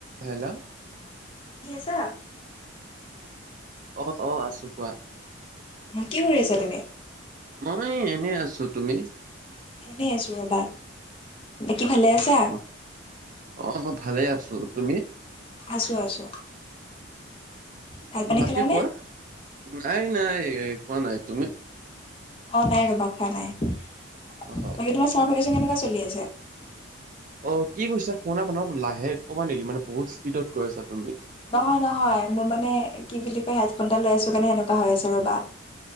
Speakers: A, on the right; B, on the left.
A: Hello
B: কি আছা?
A: অ অ আছো কোৱা।
B: অ, কি কৰি আছা তুমি?
A: মই এনেই আছো, তুমি?
B: এনেই আছো ৰবা, বাকী ভালে আছা?
A: অ অ মই ভালে আছো, তুমি?
B: আছো, আছো। ভাত পানী
A: বাকী
B: খালানে?
A: কোৱা, নাই নাই খোৱা নাই তুমি?
B: অ নাই ৰবা খোৱা নাই, তুমি
A: অ আচ্ছা
B: তোমাৰ চামাৰভেকেশ্যন কেনেকুৱা চলি আছে?
A: অ কি কৰিছা, ফোন অলপ লাহে কবা নেকি মানে বহুত স্পীডত কৈ আছা তুমি।
B: নহয় নহয় মোৰ মানে কি বুলি কয় হেডফোন ডাল লৈ আছো কাৰণে হেনেকুৱা হৈ আছে ৰ'বা।